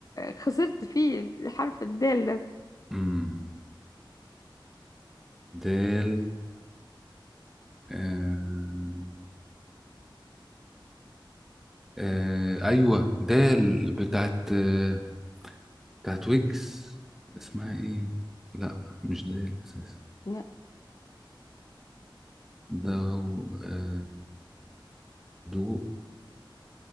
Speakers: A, on the left; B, in the centre.
A: خسرت فيه حرف الدال ده
B: امم دال آه آه ايوه دال بتاعت آه، بتاعت ويجز اسمها ايه لا مش ده الاساس
A: لا.
B: ده و- آه، دوب